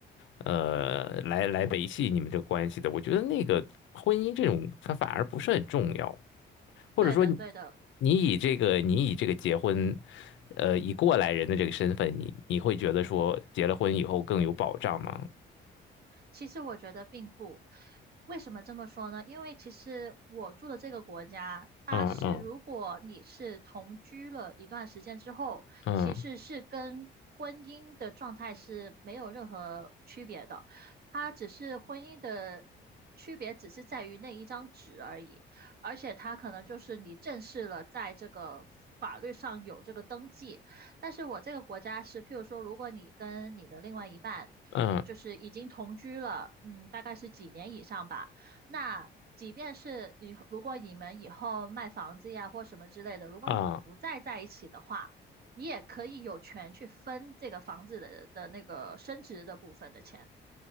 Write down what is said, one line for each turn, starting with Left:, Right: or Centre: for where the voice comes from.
Left: 呃，来来维系你们这个关系的，我觉得那个婚姻这种，它反而不是很重要。或者说你
Right: 对的，对的。
Left: 你以这个你以这个结婚，呃，以过来人的这个身份，你你会觉得说结了婚以后更有保障吗？
Right: 其实我觉得并不。为什么这么说呢？因为其实我住的这个国家，它是如果你是同居了一段时间之后，
Left: 嗯嗯嗯
Right: 其实是跟婚姻的状态是没有任何区别的。它只是婚姻的区别，只是在于那一张纸而已。而且它可能就是你正式了在这个法律上有这个登记，但是我这个国家是，譬如说，如果你跟你的另外一半
Left: 嗯
Right: 就是已经同居了，嗯，大概是几年以上吧，那即便是以后如果你们以后卖房子呀或什么之类的，如果你们不再在一起的话，
Left: 啊
Right: 你也可以有权去分这个房子的的那个升值的部分的钱。